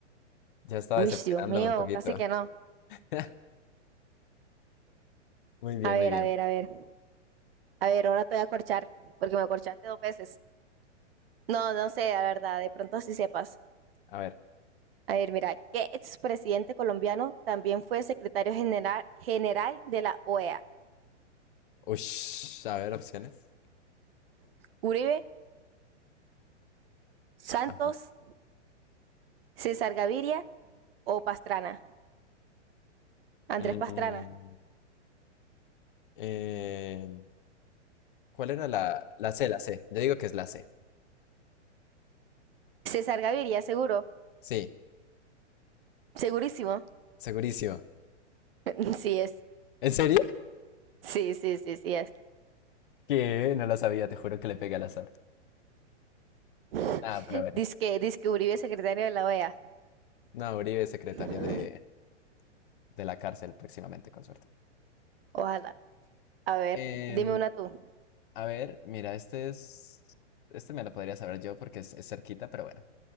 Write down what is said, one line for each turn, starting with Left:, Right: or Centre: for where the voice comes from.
Left: Ya estaba
Right: Uy,
Left: decepcionándome
Right: Dios mío,
Left: un poquito.
Right: casi que no.
Left: <laughs> Muy bien,
Right: A ver,
Left: muy bien.
Right: a ver, a ver. A ver, ahora te voy a corchar, porque me corchaste dos veces. No, no sé, la verdad, de pronto así sepas.
Left: A ver.
Right: A ver, mira, ¿qué expresidente colombiano también fue secretario general, general de la OEA?
Left: Ush, a ver, opciones.
Right: ¿Uribe, Santos,
Left: Ajá.
Right: César Gaviria o Pastrana? Andrés
Left: Mm,
Right: Pastrana.
Left: eh, ¿cuál era la, la C, la C? Yo digo que es la C.
Right: César Gaviria, seguro.
Left: Sí,
Right: Segurísimo.
Left: segurísimo.
Right: <laughs> Sí es.
Left: ¿En serio?
Right: Sí, sí, sí, sí es.
Left: Que no la sabía, te juro que le pegué al azar.
Right: <laughs>
Left: Ah, pero bueno.
Right: Dice que Uribe es secretario de la OEA.
Left: No, Uribe, secretaria
Right: <laughs>
Left: de, De la cárcel próximamente, con suerte.
Right: Ojalá. A ver,
Left: Em,
Right: dime una tú.
Left: a ver, mira, este es. Este me lo podría saber yo porque es, es cerquita, pero bueno.